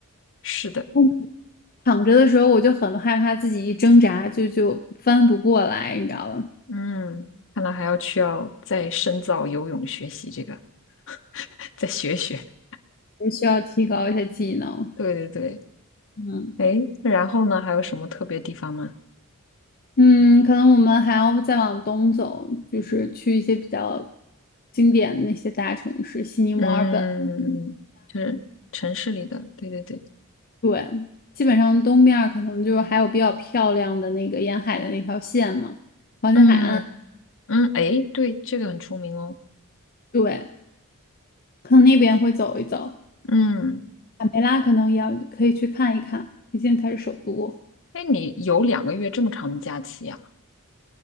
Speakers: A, on the left; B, on the left.
A: 是的。
B: 嗯躺着的时候，我就很害怕自己一挣扎就就翻不过来，你知道吧？
A: 嗯，看来还要需要再深造游泳学习这个，<laughs> 再学学。
B: 我需要提高一下技能。
A: <laughs> 对对对。
B: 嗯
A: 诶，然后呢，还有什么特别地方吗？
B: 嗯，可能我们还要再往东走，就是去一些比较经典的那些大城市，悉尼、墨尔本。
A: 嗯，就是城市里的。对对对。
B: 对，基本上东面儿可能就还有比较漂亮的那个沿海的那条线嘛，黄金海岸，
A: 嗯。嗯，哎，对，这个很出名哦。
B: 对，可能那边会走一走，
A: 嗯，
B: 卡梅拉可能也要可以去看一看，毕竟它是首都。
A: 哎，你有两个月这么长的假期呀？